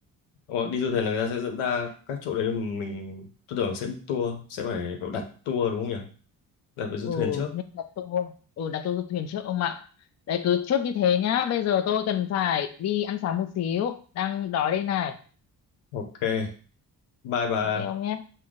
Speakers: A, on the left (about 75°); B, on the left (about 35°).
A: Ồ, đi du thuyền là người ta sẽ dẫn ta các chỗ đấy mình tôi tưởng sẽ book tour sẽ phải có đặt tour đúng không nhỉ đặt với du
B: ừ
A: thuyền trước
B: nên đặt tour ừ đặt tour du thuyền trước ông ạ đấy cứ chốt như thế nhá bây giờ tôi cần phải đi ăn sáng một xíu đang đói đây này
A: ok bye bà
B: ok ông nhé